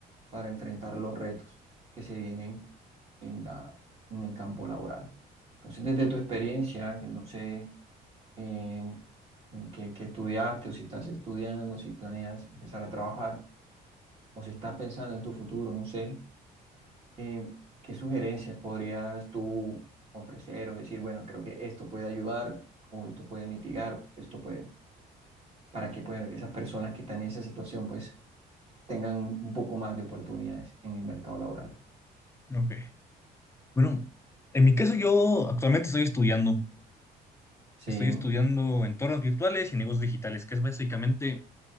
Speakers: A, on the right; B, on the left.
A: para enfrentar los retos que se vienen en la, en el campo laboral. Entonces, desde tu experiencia, Ángel, no sé eh, en qué, qué estudiaste o si estás estudiando, si planeas empezar a trabajar o si estás pensando en tu futuro, no sé. eh, ¿qué sugerencias podrías tú ofrecer o decir, bueno, creo que esto puede ayudar o esto puede mitigar, esto puede, para que pues, esas personas que están en esa situación pues tengan un poco más de oportunidades en el mercado laboral?
B: Ok. Bueno, en mi caso yo actualmente estoy estudiando,
A: Sí,
B: estoy estudiando entornos virtuales y negocios digitales, que es básicamente